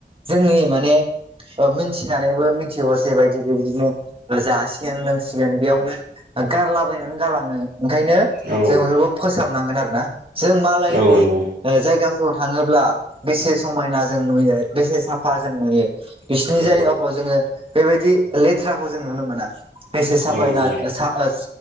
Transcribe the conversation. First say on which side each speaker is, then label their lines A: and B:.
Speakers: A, on the right; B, on the right.
A: जोंनि माने ओ मिनथिनानैबो मिनथियै असे बायदि बेबिदिनो ओ जासिगोन लोंसिगोन बेयावनो गारलाबायनानै गालाङो। ओंखायनो
B: औ
A: जों बेफोरखौ फोसाबनांगोन आरो ना। जों मालायनि
B: औ नंगौ
A: ओ जायगा फ्राव थाङोब्ला बेसे समायना जों नुयो बेसे साफा जों नुयो बिसिनि
B: औ
A: जायगाफ्राव जोङो बेबायदि लेथ्राखौ जों नुनो मोना। बेसे साफायै
B: औ नंगौ
A: ना ओ सा ओस